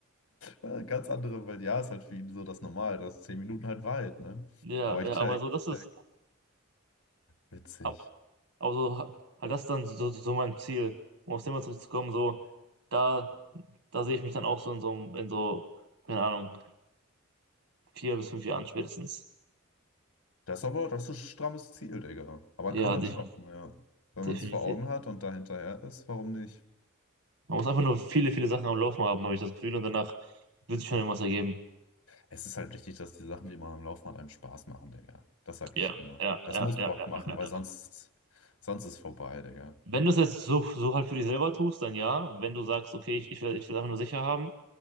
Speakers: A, on the left; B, on the right.
A: Äh, Ganz andere Welt. Ja, ist halt für ihn so das Normal, dass 10 Minuten halt weit, ne?
B: Ja,
A: Aber ich
B: ja,
A: check,
B: aber so, das ist,
A: check. Witzig.
B: aber aber so, ha- halt das ist dann so, so so mein Ziel, um aufs Thema zurückzukommen, so, da, da sehe ich mich dann auch so in so, einem- in so, keine Ahnung. vier bis fünf Jahren spätestens.
A: Das ist aber, das ist ein strammes Ziel, Digga. Aber
B: Ja,
A: kann man
B: defin-
A: schaffen, ja. Wenn
B: definitiv.
A: man es vor Augen hat und da hinterher ist, warum nicht?
B: Man muss einfach nur viele, viele Sachen am Laufen haben, habe ich das Gefühl, und danach wird sich schon irgendwas ergeben.
A: Es ist halt wichtig, dass die Sachen, die man am Laufen hat, einem Spaß machen, Digga. Das sag
B: Ja,
A: ich immer.
B: ja,
A: Das
B: ja,
A: muss
B: ja.
A: Bock
B: ja.
A: machen, weil sonst,
B: ja.
A: sonst ist vorbei, Digga.
B: Wenn du es jetzt so, so halt für dich selber tust, dann ja. Wenn du sagst, okay, ich, ich will, ich will es einfach nur sicher haben,